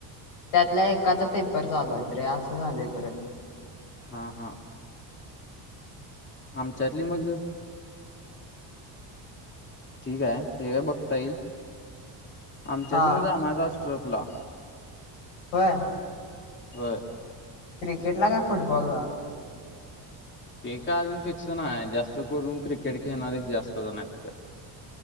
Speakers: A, on the left (about 80°); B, on the left (about 25°).
A: त्यातला एकाचा पेपर चालूय तर असं झालंय परत
B: हा हा आमच्यातली मग ठीक हाय. ते काय बघता ईल, आमच्यातली
A: हा
B: पण जाणाराय <unintelligible> ला
A: होय,
B: होय,
A: क्रिकेट ला का? फुटबॉल ला,
B: ते का अजून फिक्सन नाही आहे, जास्त करून क्रिकेट खेळणारेच जास्त जण आहे तिथं.